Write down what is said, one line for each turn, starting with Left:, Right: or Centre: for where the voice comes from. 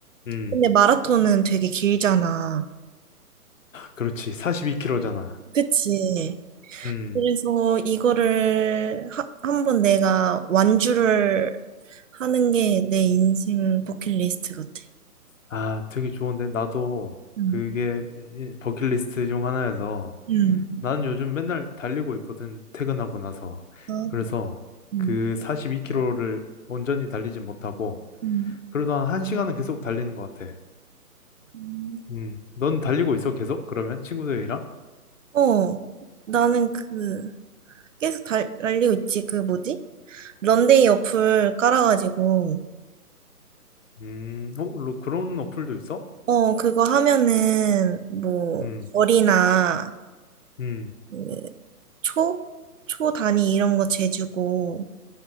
Left: 음,
Right: 근데 마라톤은 되게 길잖아.
Left: 그렇지. 42kg잖아.
Right: 그치.
Left: 음.
Right: 그래서 이거를 하- 한번 내가 완주를 하는 게 내 인생 버킷리스트 같아.
Left: 아, 되게 좋은데. 나도
Right: 응.
Left: 그게 버킷리스트 중 하나여서.
Right: 응.
Left: 나는 요즘 맨날 달리고 있거든, 퇴근하고 나서.
Right: 아,
Left: 그래서
Right: 응.
Left: 그 42km를 온전히 달리지 못하고,
Right: 응.
Left: 그래도 한 1시간은 계속 달리는 것 같아.
Right: 음.
Left: 음, 넌 달리고 있어, 계속? 그러면 친구들이랑?
Right: 어, 나는 그, 계속 달, 달리고 있지. 그 뭐지? 런데이 어플 깔아가지고.
Left: 음, 어, 로- 그런 어플도 있어?
Right: 어, 그거 하면은, 뭐,
Left: 음,
Right: 벌이나,
Left: 음,
Right: 그 초? 초 단위 이런 거 재주고,